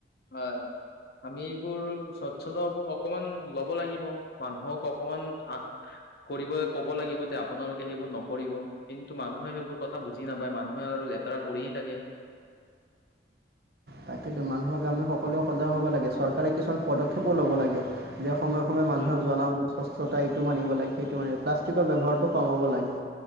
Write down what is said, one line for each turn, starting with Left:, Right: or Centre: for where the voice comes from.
Left: হয় আমি এইবোৰ স্বচ্ছতাৰ অকমান ল'ব লাগিব। মানুহক অকমান আশ কৰিব ক'ব লাগিব যে আপোনালোকে সেইবোৰ নকৰিব কিন্তু মানুহে সেইবোৰ কথা বুজি নাপায়, মানুহে আৰু লেতেৰা কৰিয়ে থাকে।
Right: তাকেতো মানুহৰ গামি সকলোৱেও সজাগ হ'ব লাগে চৰকাৰে কিছুমান পদক্ষেপো ল'ব লাগে। যে সময় সময়ে মানুহে
Left: হয়
Right: জনাওঁক যে চচ্ছ টো মানিব লাগে সেইটো মান প্লাষ্টিকৰ ব্যৱহাৰটো কমাব লাগে।